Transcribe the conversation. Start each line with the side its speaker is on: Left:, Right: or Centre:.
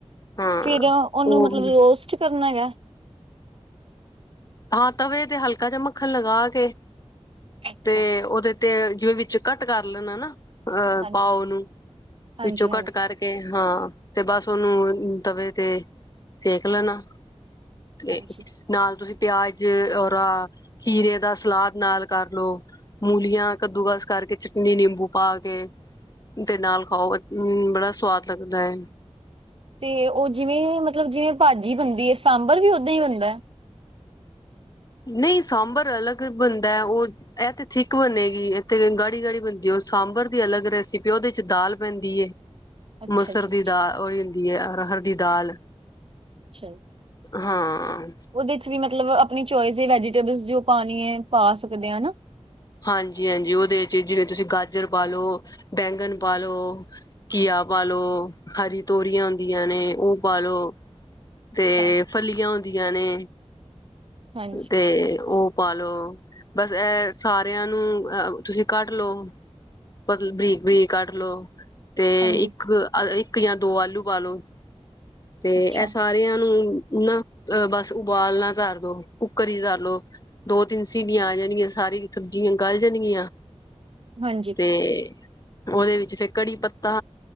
Left: ਹਾਂ
Right: ਠੀਕ ਹੈ ਉਹਨੂੰ
Left: ਉਹ
Right: ਮਤਲਬ ਰੋਸਟ ਕਰਨਾ ਹੈਗਾ
Left: ਹਾਂ ਤਵੇ ਤੇ ਹਲਕਾ ਜਿਆ ਮੱਖਣ ਲਗਾ ਕੇ
Right: ਅੱਛਾ,
Left: ਤੇ ਉਹਦੇ ਤੇ ਜਿਵੇਂ ਵਿੱਚ ਕਟ ਕਰ ਲੈਣਾ ਨਾ ਅ
Right: ਹਾਂਜੀ,
Left: ਪਾਓ ਨੂੰ
Right: ਹਾਂਜੀ,
Left: ਵਿੱਚੋਂ
Right: ਹਾਂਜੀ,
Left: ਕਟ ਕਰਕੇ ਕੇ ਹਾਂ ਤੇ ਬਸ ਉਹਨੂੰ ਤਵੇ ਤੇ ਸੇਕ ਲੈਣਾ ਤੇ
Right: ਹਾਂਜੀ।
Left: ਨਾਲ ਤੁਸੀਂ ਪਿਆਜ ਓਰਾ ਖੀਰੇ ਦਾ ਸਲਾਦ ਨਾਲ ਕਰਲੋ। ਮੂਲੀਆਂ ਕੱਦੂਕਸ ਕਰਕੇ ਚਟਨੀ ਨਿੰਬੂ ਪਾ ਕੇ ਤੇ ਨਾਲ ਖਾਓ ਅੰ ਬੜਾ ਸਵਾਦ ਲੱਗਦਾ ਏ
Right: ਤੇ ਉਹ ਜਿਵੇਂ ਮਤਲਬ ਜਿਵੇਂ ਭਾਜੀ ਬਣਦੀ ਏ ਸਾਂਬਰ ਵੀ ਓਦਾਂ ਹੀ ਬਣਦਾ।
Left: ਨਹੀਂ ਸਾਂਬਰ ਅਲੱਗ ਬਣਦਾ ਉਹ ਇਹ ਤੇ ਥਿੱਕ ਬਣੇੇਗੀ ਇੱਥੇ ਗਾੜੀ ਗਾੜੀ ਬਣਦੀ ਉਹ ਸਾਂਬਰ ਦੀ ਅਲੱਗ ਰੈਸਿਪੀ ਉਹਦੇ ਚ ਦਾਲ ਪੈਂਦੀ ਏ
Right: <inaudible>
Left: ਮਸਰ
Right: ਜੀ,
Left: ਦੀ ਦਾਲ ਓਹੀ ਹੁੰਦੀ ਹੈ ਅਰਹਰ ਦੀ ਦਾਲ
Right: ਅੱਛਾ।
Left: ਹਾਂ ਆ।
Right: ਔਹਦੇ ਚ ਵੀ ਮਤਲਬ ਆਪਣੀ ਚੋਇਸ ਦੀ ਵੈਜੀਟੇਬਲ ਜੋ ਪਾਣੀ ਹੈ ਪਾ ਸਕਦੇ ਆ ਹਨਾ।
Left: ਹਾਂਜੀ -ਹਾਂਜੀ ਔਹਦੇ ਚ ਜਿਵੇਂ ਤੁਸੀਂ ਗਾਜਰ ਪਾ ਲਓ ਬੈਂਗਨ ਪਾ ਲਓ ਘੀਆ ਪਾਲੋ, ਹਰੀ ਤੋਰੀਆਂ ਆਦੀਆਂ ਨੇ ਔਹ ਪਾਾਲੋ।
Right: ਅੱਛਾ,
Left: ਤੇ ਫਲੀਆਂ ਹੁੰਦੀਆਂ ਨੇ
Right: ਹਾਂਜੀ,
Left: ਤੇ ਔਹ ਪਾਾਲੋ ਬਸ ਇਹ ਸਾਰਿਆਂ ਨੂੰ ਤੁਸੀਂ ਕੱਢ ਲਓ। ਬਾਕੀ ਬਰੀਕ -ਬਰੀਕ ਕੱਟ ਲਓ। ਤੇ
Right: ਹਾਂਜੀ,
Left: ਇੱਕ ਅ ਇੱਕ ਜਾਂ ਦੋ ਆਲੂ ਪਾਾਲੋ ਤੇ
Right: ਅੱਛਾ,
Left: ਇਹ ਸਾਰਿਆਂ ਨੂੰ ਨਾ ਬਸ ਉਬਾਲਣਾ ਧਰ ਦੋ। ਕੁੱਕਰ ਹੀ ਗਾਲੋ ਦੋ ਤਿੰਨ ਸੀਟੀਆਂ ਆ ਜਾਣਗੀਆਂ ਸਾਰੀ ਸਬਜ਼ੀਆਂ ਗਲ ਜਾਣਗੀਆਂ।
Right: ਹਾਂਜੀ,
Left: ਤੇ ਔਹਦੇ ਵਿੱਚ ਫਿਰ ਕੜੀ ਪੱਤਾ